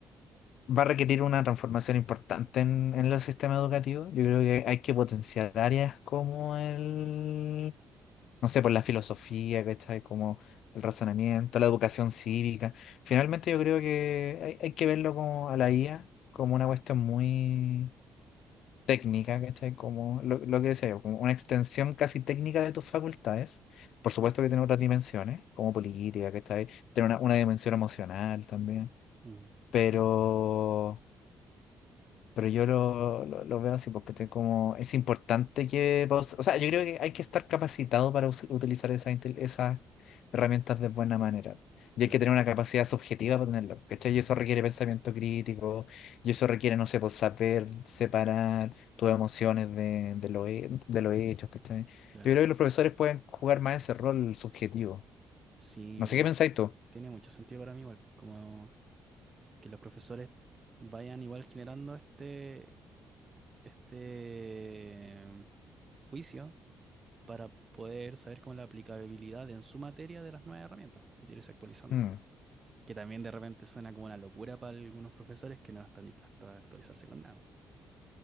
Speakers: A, on the left; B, on the right.
A: va a requerir una transformación importante en, en los sistemas educativos. Yo creo que hay que potenciar áreas como el no sé, por la filosofía, ¿cachai? Como el razonamiento, la educación cívica. Finalmente yo creo que hay, hay que verlo como a la IA como una cuestión muy técnica, ¿cachai? Como lo, lo que decía yo, como una extensión casi técnica de tus facultades. Por supuesto que tiene otras dimensiones, como política, ¿cachai? Tiene una, una dimensión emocional también.
B: Mm.
A: Pero
B: Y-
A: pero yo lo, lo, lo veo así porque estoy como, es importante que, vos- o sea, yo creo que hay que estar capacitado para us- utilizar esas, intel- esas herramientas de buena manera. Y
B: claro,
A: hay que tener una capacidad subjetiva para tenerlo, ¿cachai? Y eso requiere pensamiento crítico, y eso requiere, no sé, pues saber separar tus emociones de, de lo, he- de los hechos, ¿cachai?
B: claro.
A: Yo creo que los profesores pueden jugar más ese rol subjetivo.
B: Sí,
A: No
B: yo
A: sé
B: creo
A: qué pensáis
B: que
A: tú.
B: tiene mucho sentido para mí igual, pues como que los profesores vayan igual generando este, este mm, juicio para poder saber cómo la aplicabilidad en su materia de las nuevas herramientas, de irse actualizando.
A: Mm,
B: Que también de repente suena como una locura para algunos profesores que no están dispuestos a actualizarse con nada.